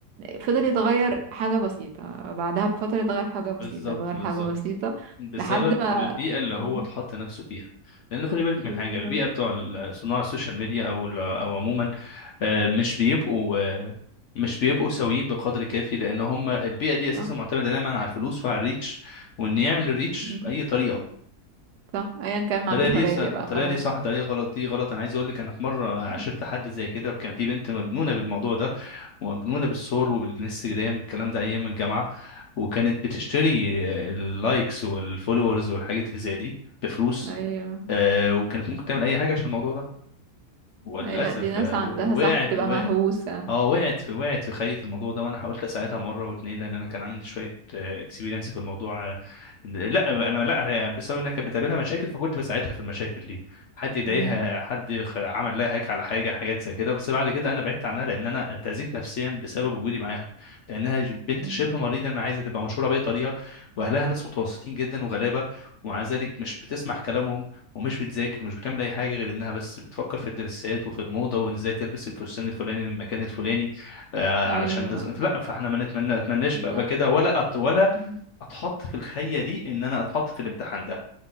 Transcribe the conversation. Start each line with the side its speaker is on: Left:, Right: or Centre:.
Right: فضل يتغير حاجة بسيطة بعدها بفترة اتغير حاجة بسيطة
Left: بالظبط
Right: اتغير
Left: بالظبط
Right: حاجة بسيطة
Left: بسبب
Right: لحد ما
Left: البيئة اللي هو
Right: مم.
Left: اتحط نفسه فيها لأن خدي بالك
Right: بالظبط
Left: من حاجة البيئة بتوع ال- صناع السوشيال ميديا أو ال- أو عموما آه، مش بيبقوا آه، مش بيبقوا سويين بقدر كافي لأن هم البيئة دي أساسا
Right: صح
Left: معتمدة دايما على الفلوس وعلى الريتش وإن يعمل الريتش
Right: مم.
Left: بأي طريقة
Right: صح ايا كان
Left: الطريقة
Right: ما عندوش
Left: دي
Right: مبادئ
Left: ص- الطريقة
Right: بقى خلاص
Left: دي صح الطريقة غلط دي غلط أنا عايز أقول لك أنا في مرة عاشرت
Right: صح
Left: حد زي كده وكان في بنت مجنونة بالموضوع ده مجنونة بالصور وبالانستجرام الكلام ده أيام الجامعة وكانت بتشتري اللايكس والفولورز والحاجات اللي زي دي بفلوس
Right: ايوه
Left: آه، وكانت ممكن تعمل أي حاجة عشان الموضوع ده وللاسف
Right: اي لا دي ناس
Left: آه،
Right: عندها
Left: و-
Right: صح
Left: وقعت
Right: بتبقى
Left: وقعت
Right: مهووسة
Left: اه وقعت في وقعت في خيط الموضوع ده وانا حاولت اساعدها مره واتنين لان انا كان عندي شويه اكسبيرينس في الموضوع آه، لا انا لا آه، بسبب انها كانت بتقابلها مشاكل فكنت بساعدها في المشاكل دي حد يضايقها
Right: مم.
Left: حد خ- عمل لها هيك على حاجه حاجات زي كده بس بعد كده انا بعدت عنها لان انا اتاذيت نفسيا بسبب وجودي معاها لانها ج- بنت
Right: مم.
Left: شبه مريضه انا عايزه تبقى مشهوره باي طريقه واهلها ناس متوسطين جدا وغلابه ومع ذلك مش بتسمع كلامهم ومش بتذاكر ومش بتعمل اي حاجه غير انها بس بتفكر في الدرسات وفي الموضه وان ازاي تلبس الفستان الفلاني من المكان الفلاني آه علشان
Right: ايوه
Left: دز... لا فاحنا ما نتمنى اتمناش
Right: لا
Left: بقى بقى كده ولا أت... ولا
Right: مم.
Left: اتحط في الخيه دي ان انا اتحط في الامتحان ده